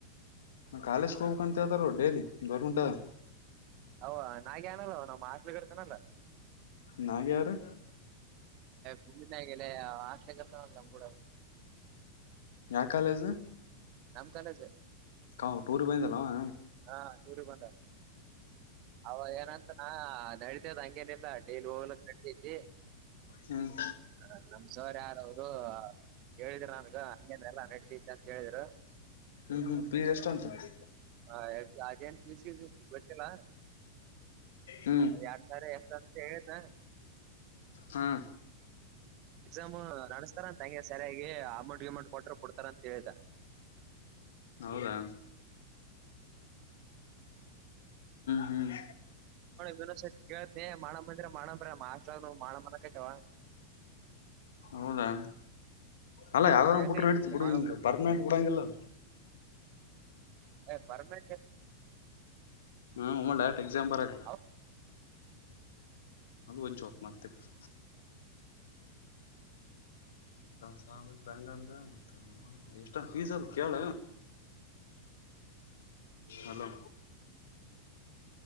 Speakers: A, on the left; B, on the right.
A: ಕಾಲೇ್ ಹೋಗ್ಬೇಕಕ್ ಅಂತ ಹೇತಾರ ಡೇಲಿ ಗೌರ್ಮೆಂಟ
B: ಅವ ನಾಗ ಏನಲ್ಲ ಅವ ನಮ್ಮ ಆತ್ಲಿ ಕಡ್ತಾನಲ್ಲ
A: ನಾಗ್ಯಾ ಯಾರು
B: ಹುಂಡಿನಾಗೆಲ್ಲ ಆಸೆಗರ್ತ ನ ಕೂಡ
A: ಯಾವ ಕಾಲೇಜ
B: ನಮ ಕಾಲೇಜ್
A: ಕಾ ೂರಿ ಬಿಂದಲ್ಲವಾ
B: ಹಾ ಸುರಿ ಬಂದನು ಅವ ಏನಂತ ನ ನಡತದ್ ಹಂಗೇನಿಲ್ಲ ಡೈಲಿ ಹೋಗ್ಲಕ್ಕೆ ನಡತಿ
A: ಹ್ಮ್
B: ಹ ನಮ ಸಾರ್ ಯಾರ ಅವರು ಹೇಳಿದ್ರ ನನ್ಗ ಹಂಗೇನ್ ಎಲ್ಲಾ ನಡತಿತಿ ಅಂತ ಹೇಳಿದ್ರು
A: ಹ್ಮ್ ಹ್ಮ್ ಫೀ ಎಷ್ಟುಂತಂತ
B: ಹ ಎ ಅದೇನ್ ಗೊತ್ತಿಲ್ಲ
A: ಹ್ಮ್
B: ಎರಡ್ ಸಾರ್ ಎ ಸ <unintelligible> ಮ ಹೇಳತಾ
A: ಹಾ
B: ಎಕ್ಸಾಮ್ ನಡಸ್ತಾರಂತ ಹಂಗೆ ಸರಿಯಾಗಿ ಅಮೌಂಟ್ ಗಿಮೌಂಟ್ ಕೊಟ್ರರು ಬಿಡ್ತಾರ ಅಂತ ಹೇಳ್ದ.
A: ಹೌದಾ ಹ್ಮ್ ಹ್ಮ್
B: ವಿೋಸ ಕ ಮಾಣ ಮಂದಿರ ಮಾಣಂದ ಮಾರಾಷ್ಟ್ರ ಮಾಣ ಮರ ಕ <unintelligible>
A: ಹೌದಾ ಅಲ್ಲ ಯಾವಾರ್
B: ಹೆಂಗೈತಿ
A: ಬಿುಟ್ರ ನಡತಿ
B: ನಿಮ್ದು
A: ಬಿಡು
B: ಮಾಡ್ಬೇಕಂತ
A: ಪರ್ಮನೆಂಟ್ ಕೊಡಂಗಿಲ್ಲ
B: ಏ್ರ್ರಮೇ
A: ಹ ಒಮ್ಮಳ ಎಕ್ಸಾಮ್ ಬರಕ್
B: ಹೌ
A: ಅದು ಒಜ್ತ್ ಮಾಡ ಆಗ್ತತ್ರಿ ಸಾವ ರಂಗಂದ ಮತ್ತ ಎಷ್ಟಂದ ಪೀಸ ಅದು ಕೇಳ ಹಲೋ